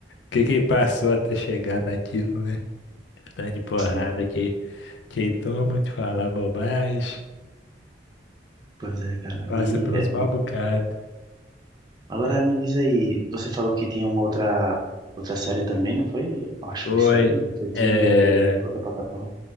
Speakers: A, on the left; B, on the right.
A: que que ele passou até chegar naquilo, né? Tanto de porrada
B: Sim,
A: que, que ele toma de falar bobagem,
B: pois é, cara.
A: passa
B: Aí
A: por uns
B: é
A: mal bocados.
B: Agora me diz aí, você falou que tinha uma outra, outra série também, não foi? Acho
A: Foi.
B: que foi série, não sei,
A: É,
B: filme de outra, outra plataforma.